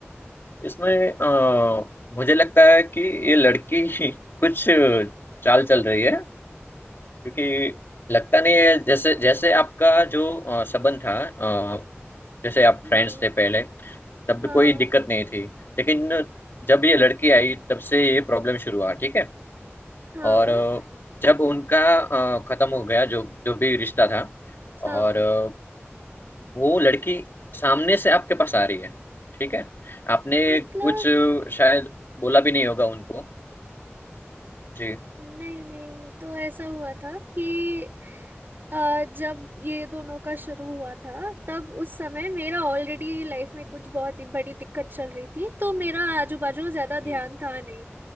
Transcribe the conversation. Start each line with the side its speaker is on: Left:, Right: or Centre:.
Left: इसमें अ, मुझे लगता है कि ये लड़की ही कुछ चाल चल रही है क्योंकि लगता नहीं है जैसे जैसे आपका जो अ, संबंध था अ, जैसे आप
Right: हाँ
Left: फ्रेंड्स थे पहले तब
Right: हाँ
Left: भी कोई दिक्कत नहीं थी लेकिन जब ये लड़की आई तब से ये प्रॉब्लम शुरू हुआ ठीक है
Right: हाँ
Left: और अ, जब उनका अ, खत्म हो गया जो जो भी रिश्ता था
Right: हाँ
Left: और अ, वो लड़की सामने से आपके पास आ रही है ठीक है आपने
Right: मतलब
Left: कुछ शायद बोला भी नहीं होगा उनको जी
Right: नहीं नहीं तो ऐसा हुआ था कि अ, जब ये दोनों का शुरू हुआ था तब उस समय मेरा ऑलरेडी लाइफ में कुछ बहुत ही बड़ी दिक्कत चल रही थी तो मेरा आजू बाजू ज्यादा ध्यान
Left: जी
Right: था नहीं